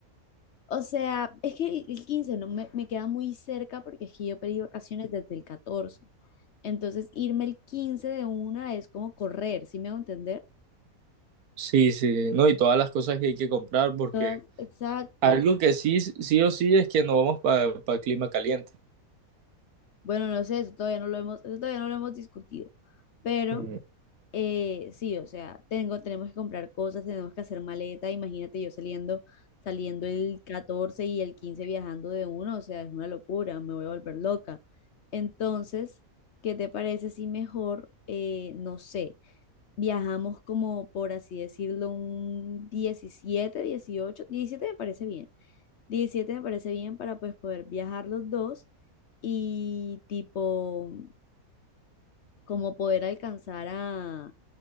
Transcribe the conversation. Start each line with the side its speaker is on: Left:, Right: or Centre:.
Left: O sea, es que el el 15 no me, me queda muy cerca porque es que yo pedí vacaciones desde el catorce Entonces, irme el 15 de una es como correr, ¿sí me hago entender?
Right: Sí, sí, no, y todas las cosas que hay que comprar porque
Left: Todas, exacto.
Right: algo que sí, sí o sí es que no vamos para clima caliente.
Left: Bueno, no sé, eso todavía no lo hemos, eso todavía no lo hemos discutido. Pero
Right: Mm.
Left: Eh, sí, o sea, tengo, tenemos que comprar cosas, tenemos que hacer maleta. Imagínate yo saliendo, saliendo el 14 y el 15 viajando de uno, o sea, es una locura, me voy a volver loca. Entonces, ¿qué te parece si mejor, eh, no sé, viajamos como por así decirlo, un diecisiete dieciocho 17 me parece bien. diecisiete me parece bien para pues poder viajar los dos y tipo, como poder alcanzar a